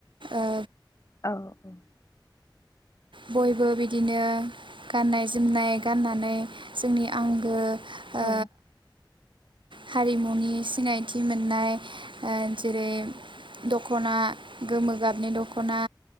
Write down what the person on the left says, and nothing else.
औ औ।
औ